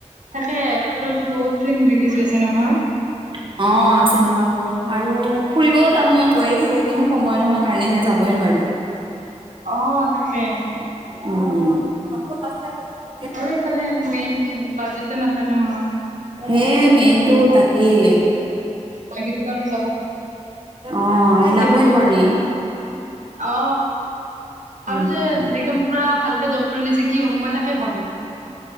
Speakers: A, on the right; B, on the right.
A: তাকে নতুন নতুন বহুত ফিল্ম ৰিলিজ হৈছে নহয়।
B: <inaudible> অ চিনেমাবোৰ আৰু ফুৰিবও যাব মন গৈয়ে থাকে কিন্তু সময় নহয় কাৰণেহে যাবই নোৱাৰি। <inaudible>
A: অ তাকে।
B: <unintelligible>
A: আৰু এইফালে মেইন বাজেটে নাথাকে নহয়।
B: হে মেইনটো তাকেই।
A: <unintelligible>
B: অ মিলাবই
A: কিন্তু
B: নোৱাৰি।
A: অ
B: উম
A: আৰু যে একদম পুৰা ভাল <unintelligible> কৰিলে যে কি হ'ব মই তাকে ভাবো।